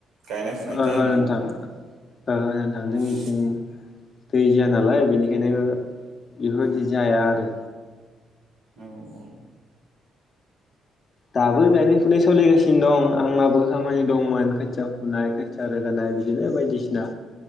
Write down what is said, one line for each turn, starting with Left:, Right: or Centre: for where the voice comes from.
Right: गायनाय फुनाय
Left: ओहो
Right: टाइमाव?
Left: नोंथां ओहो नोंथां जोंनिथिं
Right: औ
Left: दै जाया नालाय बेनि खायनो बेफोरबायदि
Right: औ
Left: जाया आरो।
Right: औ औ
Left: दाबो गायनाय फुनाय सोलिगासिनो दं आंनाबो खामानि दं। हौवानि खोथिया फुनाय खोथि थिया रोगानाय बिदिनो बायदिसिना